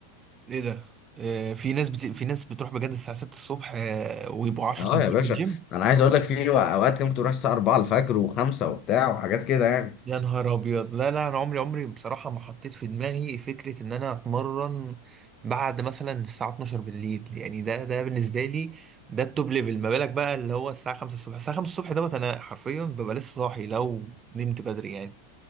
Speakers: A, on the right; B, on the left.
A: ايه ده آه، في ناس بت... في ناس بتروح بجد الساعه 6 الصبح آه، ويبقوا 10
B: اه
A: تنفيذ
B: يا باشا
A: في الجيم
B: انا عايز اقول لك في اوقات كده كنت بروح الساعة 4 الفجر وخمسة وبتاع وحاجات كده يعني
A: يا نهار ابيض لا لا انا عمري عمري بصراحه ما حطيت في دماغي فكره ان انا اتمرن بعد مثلا الساعه 12 بالليل يعني ده ده بالنسبه لي ده التوب ليفل ما بالك بقى اللي هو الساعه 5 الصبح الساعه 5 الصبح دوت انا حرفيا ببقى لسه صاحي لو نمت بدري يعني